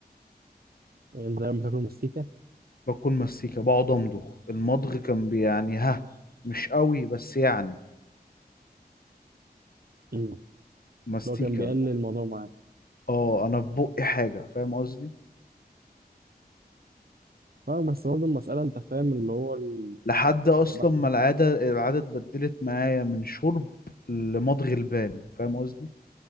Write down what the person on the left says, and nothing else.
باكل مستيكة بقعد امضغ المضغ كان بي- يعني ها مش قوي بس يعني
مستيكة
اه انا في بقي حاجه فاهم قصدي
لحد اصلا
ما العاده العاده اتبدلت معايا من شرب لمضغ البال فاهم قصدي